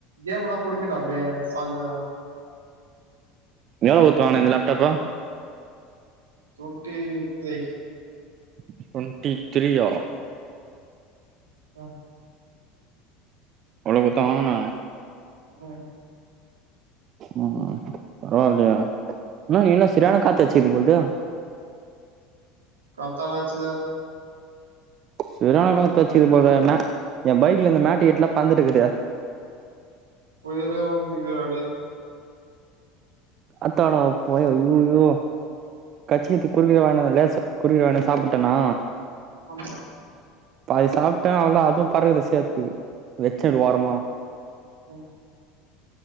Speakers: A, on the right; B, on the right.
A: கேமுலா குடிக்குன்டா அப்டியே சார்ஜர
B: எவ்ள குட்த்து வாங்ன இந்த லேப்டாப்ப
A: தொன்ட்டி த்ரீ
B: டு்வென்ட்டி த்ரீயா
A: ம்
B: அவ்ளோ குட்த்தா வாங்குன
A: ம் ம்
B: ம் பரவால்லையே என்ன இங்கென்ன செரியான காத்தச்சிக்குது போல்து
A: காத்தாடா அச்சுது
B: செரியான காத்தச்சுக்கிது
A: புய
B: போல்ரன எ பைக்ல இந்த மேட்டு கீட்டுலா பறந்துட்டு இக்குது
A: புயலே வந்துக்குதுடா டே
B: அத்தாடப் பொய ஐயய்யோ கச்சித்து குருவில வாங்குன லேஸு குருவில வாங்னது சாப்புட்டனா
A: ஆமா சாப்
B: பாதி சாப்ட்டே அவள்தா அதுவு பறக்குது சேத்து வெச்சே இது ஓரமா
A: ம்